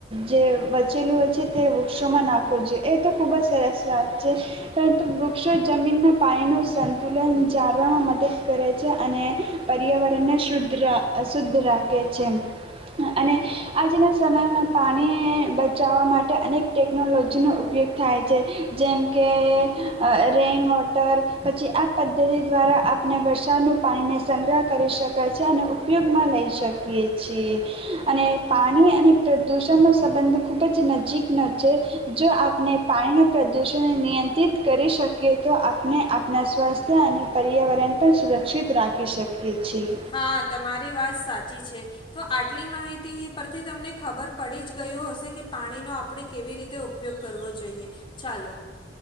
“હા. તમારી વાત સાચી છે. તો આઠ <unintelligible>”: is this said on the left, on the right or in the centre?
Left